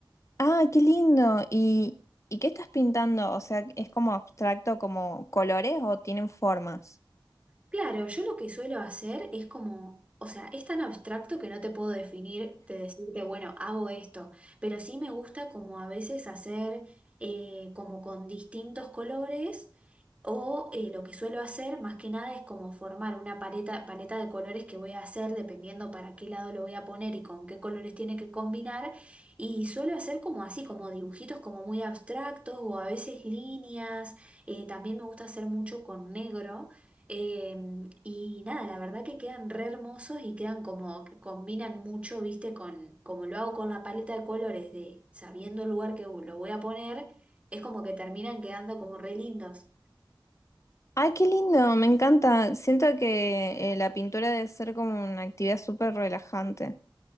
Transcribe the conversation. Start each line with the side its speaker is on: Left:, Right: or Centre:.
Left: Ah, qué lindo. ¿Y, y qué estás pintando? O sea, ¿es como abstracto, como colores o tienen formas?
Right: Claro, yo lo que suelo hacer es como, o sea, es tan abstracto que no te puedo definir, de decirte, bueno, hago esto, pero sí me gusta como a veces hacer eh, como con distintos colores o eh, lo que suelo hacer más que nada es como formar una paleta, paleta de colores que voy a hacer dependiendo para qué lado lo voy a poner y con qué colores tiene que combinar y suelo hacer como así, como dibujitos como muy abstractos o a veces líneas, eh, también me gusta hacer mucho con negro. Em, y nada, la verdad que quedan re hermosos y quedan como que combinan mucho, viste, con como lo hago con la paleta de colores de sabiendo el lugar que lo voy a poner, es como que terminan quedando como re lindos.
Left: Ay, qué lindo, me encanta. Siento que eh, la pintura debe ser como una actividad súper relajante.